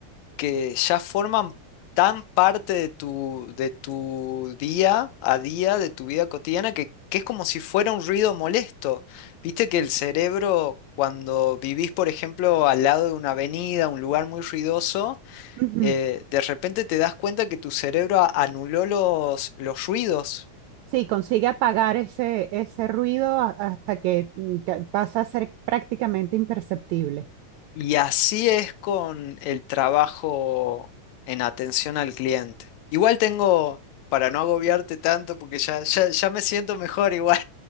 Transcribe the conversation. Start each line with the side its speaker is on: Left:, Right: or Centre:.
Left: que ya forman tan parte de tu, de tu día a día, de tu vida cotidiana, que, que es como si fuera un ruido molesto. Viste que el cerebro, cuando vivís, por ejemplo, al lado de una avenida, un lugar muy ruidoso,
Right: Ujú.
Left: eh, de repente te das cuenta que tu cerebro a- anuló los, los ruidos
Right: Sí, consigue apagar ese, ese ruido a- hasta que mm, ca- pasa a ser prácticamente imperceptible.
Left: y así es con el trabajo en atención al cliente. Igual tengo, para no agobiarte tanto, porque ya, ya, ya me siento mejor igual,